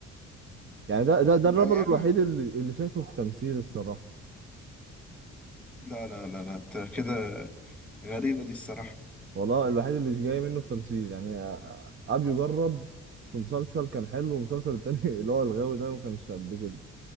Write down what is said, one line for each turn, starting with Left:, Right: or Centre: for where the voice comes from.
Right: يعني ده ده ده
Centre: من
Right: الرابر
Centre: ايام
Right: الوحيد اللي اللي شايفه في تمثيل الصراحة
Centre: لا لا لا لا أنت كده غريبه دي الصراحه
Right: والله الوحيد اللي مش جاي منه في تمثيل يعني آه، ابيو جرب في مسلسل كان حلو والمسلسل التاني <laughs> اللي هو الغاوي ده ما كانش قد كده